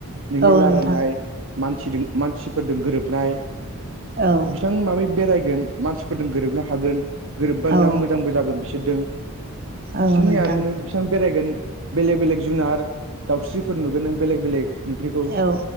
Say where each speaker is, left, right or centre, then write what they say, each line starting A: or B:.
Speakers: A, on the right (about 60°); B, on the right (about 40°).
A: नोंनि
B: औ
A: रायलायनाय
B: नोंथां
A: मानसिजों मानसिफोरजों गोरोबनाय
B: औ
A: बिथां माबै बेरायगोन मानसिफोरजों गोरोबनो हागोन गोरोबब
B: औ
A: ना मोजांबो जागोन बि दों
B: औ
A: बिसोरनि
B: नोंथां
A: आरो नों बेसेबां बेरायगोन बेलेग बेलेग जुनार दाउस्रिफोर नुगोन नों बेलेग बेलेग नुफेरैखौ
B: औ